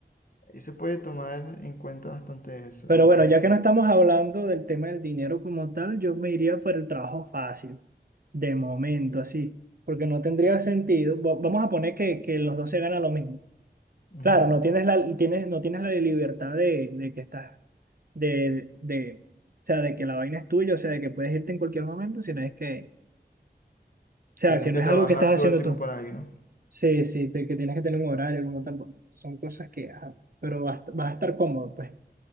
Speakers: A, on the left; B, on the right.
A: Ahí se puede tomar en cuenta bastante eso,
B: Pero
A: la verdad.
B: bueno, ya que no estamos hablando del tema del dinero como tal, yo me iría por el trabajo fácil, de momento, así, porque no tendría sentido. Va- Vamos a poner que, que los dos se ganan lo mismo.
A: Ujú.
B: Claro, no tienes la, tienes, no tienes la libertad de, de que estás, de, de, o sea, de que la vaina es tuya, o sea, de que puedes irte en cualquier momento, sino es que, o sea,
A: Tendrías
B: que
A: que
B: no
A: trabajar
B: es algo que estás
A: todo
B: haciendo
A: el tiempo
B: tú.
A: para alguien, ¿no?
B: Sí, sí, te- que tienes que tener un horario como tal. Son cosas que, ajá, pero vas, vas a estar cómodo, pues,